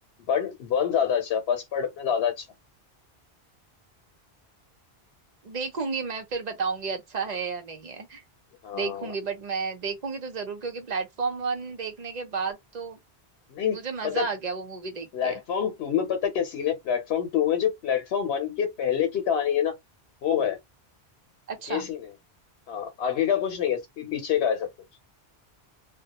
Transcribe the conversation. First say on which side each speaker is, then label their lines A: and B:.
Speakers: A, on the left; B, on the right.
A: बट वन ज्यादा अच्छा फर्स्ट पार्ट अपना ज्यादा अच्छा है।
B: देखूंगी मैं फिर बताऊंगी अच्छा है या नहीं है
A: हाँ
B: देखूंगी बट मैं देखूंगी तो जरूर क्योंकि प्लेटफॉर्म वन देखने के बाद तो
A: नहीं नहीं,
B: मुझे मजा
A: पता है
B: आ गया वो मूवी देख
A: प्लेटफॉर्म
B: के
A: टू में पता क्या सीन है प्लेटफॉर्म टू में जो प्लेटफॉर्म वन के पहले की कहानी है ना वो है
B: अच्छा
A: ये सीन है हाँ आगे का कुछ नहीं है पी- पीछे का है सब कुछ